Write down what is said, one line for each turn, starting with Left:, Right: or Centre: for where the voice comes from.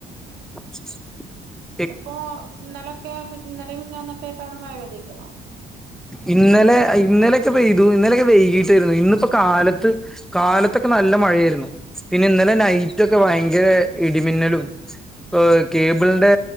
Centre: <inaudible>
Right: ഇപ്പോ ഇന്നലൊക്കെ ഇന്നലെം മിനിഞ്ഞാന്നെക്കെയായിട്ട് അവടെ മഴ പെയ്തിരുന്നോ
Centre: ഇന്നലെ ഇന്നലെയൊക്കെ പെയ്തു ഇന്നലൊക്കെ വൈകിട്ടാരുന്നു ഇന്നിപ്പോ കാലത്ത് കാലത്തൊക്കെ നല്ല മഴയാരുന്നു പിന്നെ ഇന്നലെ നൈറ്റ് ഒക്കെ ഭയങ്കര ഇടിമിന്നലും ഓഹ് കേബിളിന്റെ